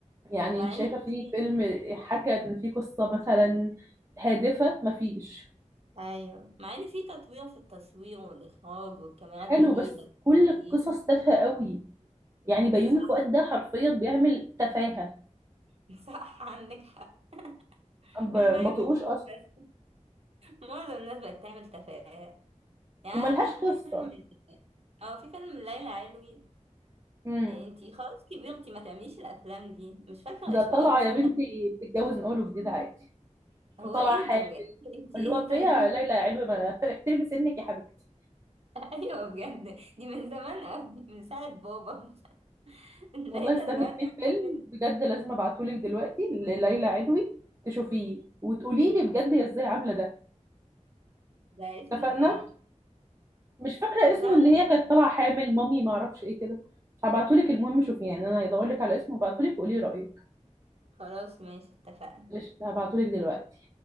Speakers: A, on the right (about 25°); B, on the right (about 55°).
A: يعني
B: مع
A: انت شايفة
B: ان
A: في
B: بصي
A: فيلم حكى ان في قصة مثلا هادفة مفيش
B: ايوه مع ان في تطوير في التصوير والاخراج والكاميرات
A: حلو
B: جديده
A: بس
B: وحاجات
A: كل القصص
B: جديده
A: تافهة قوي يعني بيومي
B: صح
A: فؤاد ده حرفيا بيعمل تفاهة
B: <laughs> صح عندك حق
A: ب-
B: مش
A: ما
B: بيومي
A: بطقوش اصلا
B: بس معظم الناس بقت تعمل تفاهات يعني
A: وملهاش
B: في
A: قصة
B: فيلم اه في فيلم ليلى علوي
A: امم
B: انتي خلاص كبرتي ما تعمليش الافلام دي مش فاكره
A: ده
B: اسمه
A: طالعة
B: ايه بس
A: يا
B: هو
A: بنتي
B: كان
A: بتتجوز نقوله جديد عادي
B: <laughs> هو
A: وطالعة
B: ايه
A: حامل
B: ده بجد <laughs> انتي
A: اللي
B: ايه
A: هو
B: طيب
A: فيها ليلى يا علوي ما <laughs> احترمي سنك يا حبيبتي
B: <laughs> ايوه بجد دي من زمان قوي من ساعه بابا <laughs> لقيتها
A: والله استني
B: دلوقتي
A: في
B: عامله
A: فيلم
B: فيلم
A: بجد لازم ابعتهولك دلوقتي لليلى علوي تشوفيه وتقولي
B: مم.
A: لي بجد هي ازاي عاملة ده
B: ده اسمه
A: اتفقنا
B: ايه
A: مش فاكرة اسمه
B: اتفقنا
A: ان هي كانت طالعة حامل مامي ما اعرفش ايه كده هبعتهولك المهم شوفي يعني انا هدورلك على اسمه وابعتهولك وقولي رأيك
B: خلاص ماشي اتفقنا
A: قشطة، هبعتهولك دلوقتي